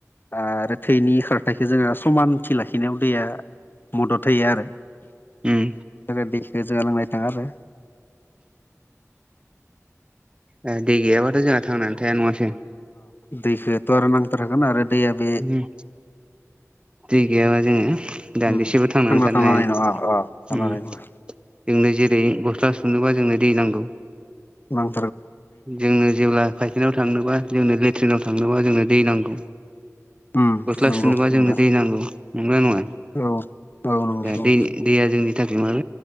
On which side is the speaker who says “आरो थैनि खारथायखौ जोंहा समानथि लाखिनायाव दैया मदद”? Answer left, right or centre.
Left